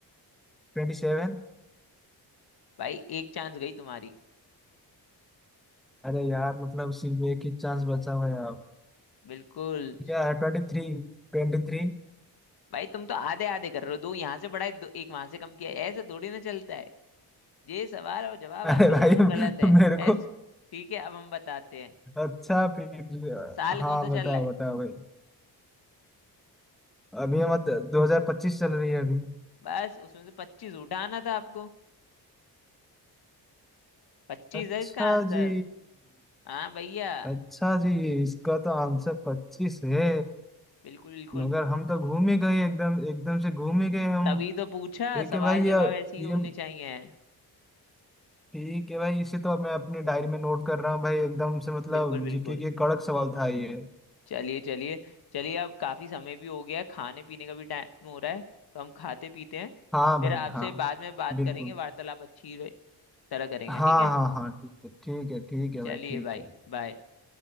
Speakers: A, in the centre; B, on the left.
A: ट्वेंटी सेवन
B: भाई एक चांस गई तुम्हारी
A: अरे यार मतलब सिर्फ एक ही चांस बचा हुआ है अब
B: बिल्कुल
A: क्या है? ट्वेंटी थ्री ट्वेंटी थ्री
B: भाई तुम तो आधे आधे कर रहे हो दो यहाँ से बढ़ाए दो एक वहां से कम किया है। ऐसे थोड़ी ना चलता है ये सवाल और जवाब आपके
A: अरे भाई
B: दोनों गलत है
A: मेरे को
B: ऐस ठीक है अब हम बताते हैं
A: अच्छा फिर
B: साल
A: हाँ
B: कौन सा
A: बताओ
B: चल रहा है
A: बताओ भाई अभी मत 2025 चल रही है अभी
B: बस उसमें से पच्चीस उठाना था आपको पच्चीस
A: अच्छा
B: है इसका आंसर
A: जी
B: हाँ भैया
A: अच्छा जी इसका तो आंसर 25 है
B: बिल्कुल बिल्कुल
A: मगर हम तो घूम ही गए एकदम एकदम से घूम ही गए हम
B: तभी तो पूछा
A: ठीक
B: सवाल
A: है भाई ये
B: जवाब ऐसे ही होने
A: ये
B: चाहिए
A: ठीक है भाई इसे तो मैं अपनी डायरी में नोट कर रहा हूँ भाई एकदम से मतलब
B: बिल्कुल बिल्कुल
A: जीके के कड़क सवाल था ये
B: चलिए चलिए चलिए अब काफी समय भी हो गया है खाने पीने का भी टाइम हो रहा है तो हम खाते पीते हैं
A: हाँ
B: फिर
A: भाई
B: आपसे
A: हाँ
B: बाद में बात
A: बिल्कुल
B: करेंगे वार्तालाप अच्छी तरह करेंगे
A: हाँ
B: ठीक है
A: हाँ हाँ ठीक है ठीक है ठीक है
B: चलिए
A: भाई ठीक
B: भाई
A: है
B: बाय